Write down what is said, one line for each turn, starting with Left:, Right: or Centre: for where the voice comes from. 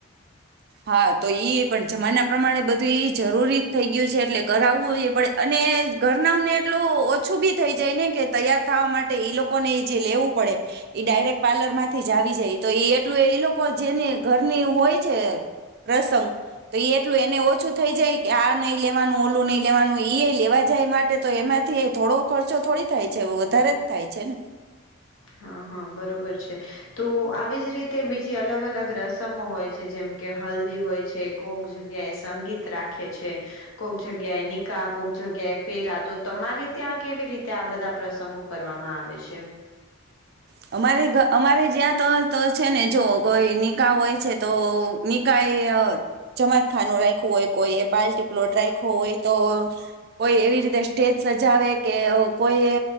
Right: હા, તો ઈ પણ જમાના પ્રમાણે બધું ઈ જરૂરી થઈ ગયું છે એટલે કરાવું એ પડે અને ઘરનાવ ને એટલું ઓછું બી થઈ જાય ને કે તૈયાર થવા માટે ઈ લોકોને ઈ જે લેવું પડે ઇ ડાયરેક્ટ પાર્લર માંથી જ આવી જાય તો ઈ એટલું એ લોકો જેને ઘરની હોય છે પ્રસંગ તો એ એટલું એને ઓછું થઈ જાય કે આ નહી લેવાનું ઓલું નઈ લેવાનું. ઈએય લેવા જાય માટે તો એમાંથી થોડો ખર્ચો થોડી થાય છે વધારે જ થાય છે ને.
Left: હા હા બરોબર છે તો આવી જ રીતે બીજી અલગ અલગ રસમો હોય છે, જેમ કે હલ્દી હોય છે, કોક જગ્યાએ સંગીત રાખે છે, કોક જગ્યાએ નિકાહ, કોક જગ્યાએ ફેરા તો તમારી ત્યાં કેવી રીતે આ બધા પ્રસંગો કરવામાં આવે છે?
Right: અમારે અમારે જ્યાં તો તો છે ને જોઓ કોઈ નિકાહ હોય છે તો નિકાહ એ જમાતખાનું રાયખું હોય, કોઈએ પાર્ટી પ્લોટ રાયખો હોય, તો કોઈ એવી રીતે સ્ટેજ સજાવે, કે કોઈએ